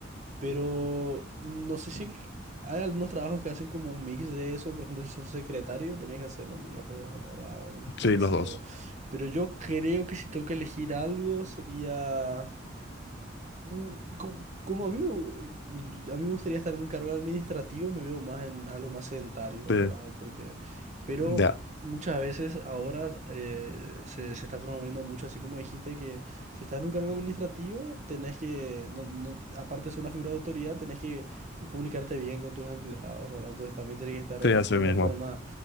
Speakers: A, on the right (about 40°); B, on the left (about 60°).
A: Pero no sé si hay algunos trabajos que hacen como un mix de eso. Por ejemplo, si sos secretario, tenés que hacer los dos, ¿verdad? Una cosa
B: Sí, los
A: así,
B: dos.
A: ¿verdad? Pero yo creo que si tengo que elegir algo, sería... Mm, co- Como, a mí, me gu- a mí me gustaría estar en un cargo administrativo, me veo más en algo más sedentario,
B: Sí,
A: ¿verdad? Porque, pero
B: ya,
A: muchas veces ahora eh, se, se está promoviendo mucho, así como dijiste, que si estás en un cargo administrativo, tenés que, no, no, aparte de ser una figura de autoridad, tenés que eh, comunicarte bien con tus empleados, ¿verdad? Entonces también tenés que estar
B: sí,
A: de
B: así
A: cierta
B: mismo.
A: forma